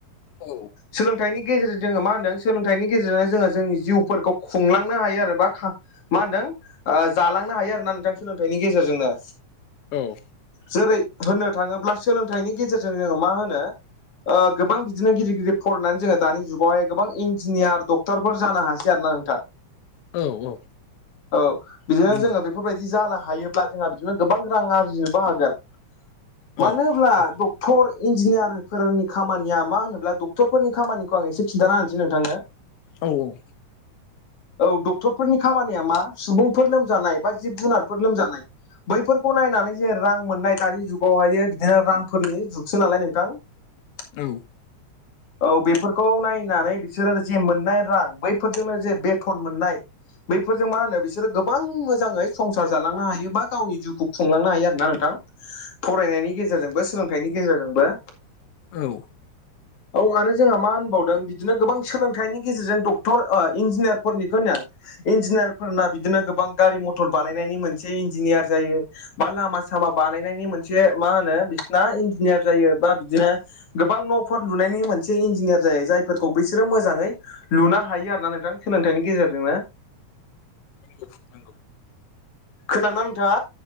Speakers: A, on the left; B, on the left.
A: औ
B: सोलोंथाइनि गेजेरजों जोङो मा होनदों सोलोंथाइनि गेजेरजोंनो जोङो जोंनि जिउफोरखौ खुंलां, खुंलांनो हायो बा खा माहोनदों ओ जालांनो हायोना नोंथां सोलोंथाइनि गेजेरजोंनो,
A: औ
B: जेरै होननो थाङोब्ला सोलोंथाइनि गेजेरजों जोङो मा होनो। ओ गोबां बिदिनो गिदिर गिदिर फरायनानै जोङो दानि जुगावहाय गोबां इन्जिनियार डक डक्टरफोर जानो हासै आरो ना नोंथां।
A: औ औ
B: औ बिदिनो
A: नंगौ
B: जोङो बेफोरबायदि जानो हायोब्ला जोंहा बिदिनो गोबां रां आरजिनोबो हागोन। मानो
A: औ
B: होब्ला
A: औ
B: डक डक्टर इन्जिनियारफोरनि खामानिया मा होनोब्ला डक्टरफोरनि खामानिखौ आं एसे खिन्थाना होनोसै नोंथांनो।
A: औ औ
B: औ डक्टरफोरनि खामानिया मा सुबुंफोर लोमजानाय बा जिब जुनारफोर लोमजानाय, बैफोरखौ नायनानै जे रां मोननाय दानि जुगावहायो बिदिनो रांफोरनि जुगसो नालाय नोंथां, <unintelligible>
A: औ
B: औ बेफोरखौ नायनानै बिसोरो जे मोननाय रां बैफोरजोंनो जे बे थन मोननाय। बैफोरजों मा होनो बिसोरो गोबां मोजाङै संसार जालांनो हायो बा गावनि जिउखौ खुंलांनो हायो आरोना नोंथां। फरायनायनि गेजेरजोंबो सोलोंथाइनि गेजेरजोंबो।
A: औ
B: औ आरो जोंहा मा होनबावदों बिदिनो गोबां सोलोंथाइनि गेजेरजों डक्टर ओ इन्जिनियार फोरनिखौ होन आं इन्जिनियारफोरना बिदिनो गोबां गारि मथर बानायनायनि मोनसे इन्जिनियार जायो। बा लामा सामा बानायनायनि मोनसे मा होनो बिसिना इन्जिनियार जायो बा बिदिनो गोबां न'फोर लुनायनि मोनसे इन्जिनियार जायो जायफोरखौ बैसोरो मोजाङै लुनो हायो आरो ना नोंथां सोलोंथाइनि गेजेरजोंनो
A: नोंगौ नोंगौ।
B: खोनाना नोंथाङा